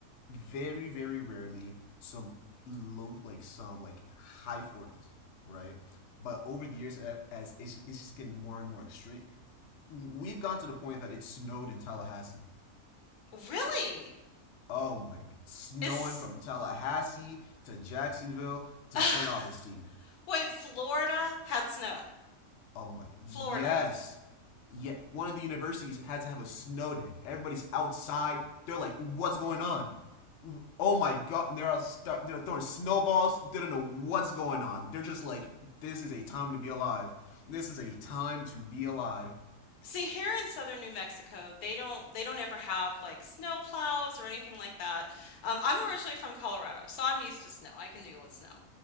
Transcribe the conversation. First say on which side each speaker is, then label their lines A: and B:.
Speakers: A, on the left; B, on the left.
A: very very rarely some low like some like high 40s right but over the years as it's just, it's just getting more and more extreme we've gone to the point that it snowed in tallahassee
B: Really?
A: oh my snowing
B: It's
A: from tallahassee to jacksonville to
B: <laughs>
A: Saint augustine
B: Wait, Florida had snow.
A: oh my yes
B: Florida.
A: yeah one of the universities had to have a snow day everybody's outside they're like what's going on oh my god they're out st- they're throwing snowballs they don't know what's going on they're just like this is a time to be alive this is a time to be alive
B: See, here in southern New Mexico, they don't they don't ever have like snow plows or anything like that. Um, I'm originally from Colorado, so I'm used to snow. I can deal with snow.